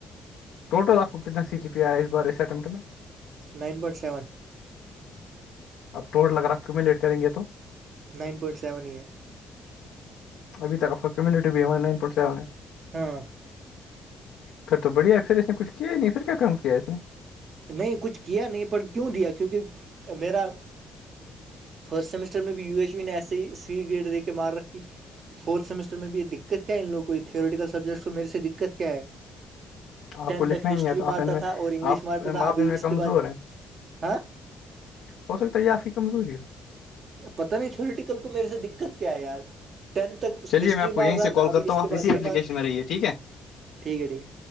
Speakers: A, on the left; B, on the right.
A: ٹوٹ آپ کو کتنا سی جی پی آ ہے اس بار اس اٹیمپٹ میں
B: نائن پوائنٹ سیون
A: اب ٹوٹ لگ رہا آ کیوں میں لیٹ کریں گے تو
B: نائن پوائنٹ سیون یہ ہے
A: ابھیک کمیونٹی بھی نائن پونٹ سیون ہے
B: ہاں
A: پھر تو بڑھیا ہے پھر اس نے کچھ کیا ہی نہیں پھر کیا کام کیا ہے اس نے
B: نہیں کچھ کیا نہیں پر کیوں دیا کیونکہ میرا فرسٹ سمسٹر میں بھی یو ایچ وی نے ایسے ہی سوی گریڈ دے کے مار رکھی فورت سمسٹر میں بھی یہ دقت کیا ہے ان لگ کو تھھیٹیکل سبجیکٹس کو میرے دقت کیا ہے
A: آپ
B: ٹین
A: کو لکھنا
B: تک
A: ہی
B: ہسٹری
A: نہیں آتا آپ
B: مارتا
A: ان میں
B: تھا اور انگلش
A: آپ
B: مارتا تھا
A: آپ
B: ابھی
A: ان میں
B: اس
A: کمزور
B: کے بعد
A: ہیں
B: ہاں
A: ہو سکتا ہے آپ کی کمزوری ہو
B: پت نہیں تھوریٹییکل کو میرے سے دقت کیا ہے یار ٹینتھ تک
A: چلیے
B: ہسٹری
A: میں آپ کو
B: مار
A: یہیں
B: رہا
A: سے کال
B: تھا ابھی
A: کرتا
B: اس
A: ہوں
B: کے
A: آپ
B: بعد
A: اسی
B: یہ
A: اپلیکیشن
B: مار
A: میں رہیے ٹھیک ہے
B: ٹھیک ہے ٹھیک